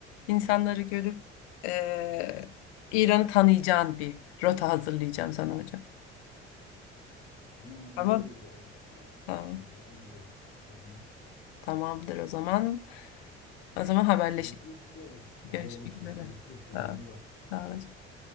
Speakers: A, on the left; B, on the left.
A: insanları görüp e, İran'ı tanıyacağın bir rota hazırlayacağım sana hocam.
B: Tamam iyi
A: Tamam.
B: olur vallahi ya.
A: Tamam.
B: Vallahi iyi olur. Sevinirim.
A: Tamamdır o zaman. O zaman haberleşelim.
B: Görüşmek üzere.
A: Görüşmek
B: Haberleşiriz.
A: üzere.
B: Görüşürüz. Kendine
A: Sağ ol.
B: iyi bak.
A: Sağ ol hocam.